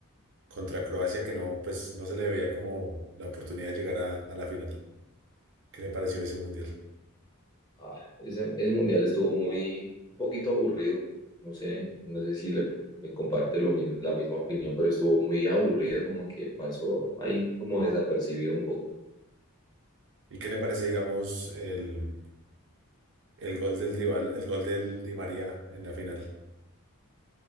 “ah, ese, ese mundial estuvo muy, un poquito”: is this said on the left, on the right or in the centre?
Left